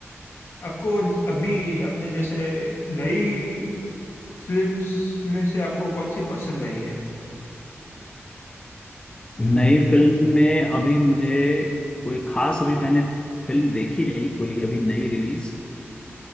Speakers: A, on the left; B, on the left.
A: आपको अभी अपने जैसे नई फिल्म्स में से आपको कौन सी पसंद आई है
B: नई फिल्म में अभी मुझे कोई खास अभी मैंने फिल्म देखी नहीं कोई अभी नई रिलीज